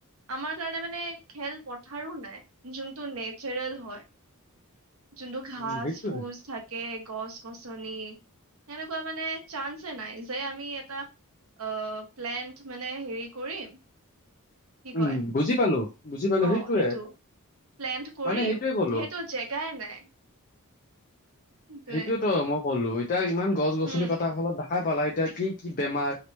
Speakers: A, on the right; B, on the left.
A: আমাৰ কাৰণে মানে খেল পথাৰো নাই যোনটো নেচাৰেল হয় যোনটো ঘাস
B: উম সেইটোয়ে
A: ফুচ থাকে গছ গছনি সেনেকুৱা মানে চান্সে নাই যে আমি এটা অ প্লেণ্ট মানে হেৰি কৰিম কি
B: উম
A: কয়
B: বুজি পালো বুজি পালো
A: অ
B: সেইটোয়ে
A: সেইটো। প্লেন কৰিম
B: মানে সেইটোয়ে ক'লো
A: যিহেতু জেগাই নাই। সেইটোৱে
B: সেইটোয়ে তো মই ক'লো এতিয়া ইমান গছ গছনি
A: হম
B: কটাৰ ফলত দেখাই পালা এতিয়া কি কি বেমাৰ